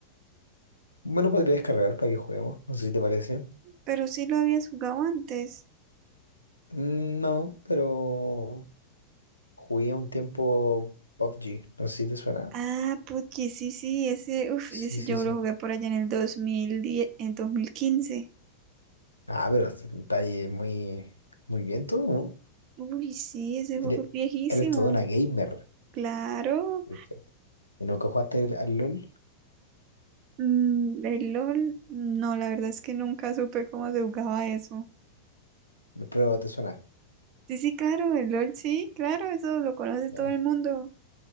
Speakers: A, on the left; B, on the right.
A: Me lo podría descargar para que juguemos, no sé si te parece.
B: pero sí lo habías jugado antes.
A: Mm, No, pero jugué un tiempo PUBG, no sé si te suena.
B: Ah, puchi, sí, sí, ese, uf,
A: Sí,
B: ese
A: sí,
B: yo
A: sí.
B: lo jugué por allá en el 2010, en 2015.
A: Ah, pero está ahí muy, muy bien todo, ¿no?
B: Uy, sí, ese
A: Eres,
B: juego es viejísimo.
A: eres toda una gamer.
B: Claro,
A: Perfecto. ¿Y nunca jugaste al, al LOL?
B: Mm, el LOL, no, la verdad es que nunca supe cómo se jugaba eso.
A: Pero te suena.
B: Sí, sí, claro, el LOL, sí, claro, eso lo conoce
A: Ya.
B: todo el mundo.